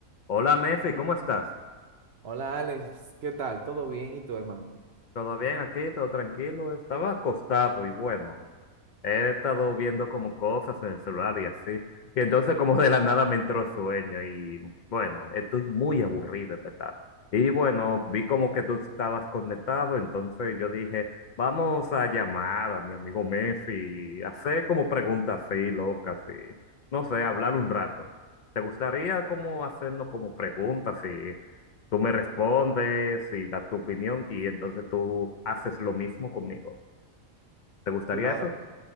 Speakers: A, on the left; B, on the right.
A: Hola, Mefi, ¿cómo estás?
B: Hola Alex, ¿qué tal? ¿Todo bien? ¿Y tu hermano?
A: ¿Todo bien aquí? ¿Todo tranquilo? Estaba acostado y bueno, He estado viendo como cosas en el celular y así. Y entonces como de la nada me entró sueño y bueno, estoy muy aburrido, en verdad. Y bueno, vi como que tú estabas conectado, entonces yo dije, vamos a llamar a mi amigo Messi, y hacer como preguntas así, locas y no sé, hablar un rato. ¿Te gustaría como hacernos como preguntas y tú me respondes y das tu opinión y entonces tú haces lo mismo conmigo? ¿Te gustaría
B: Claro,
A: eso?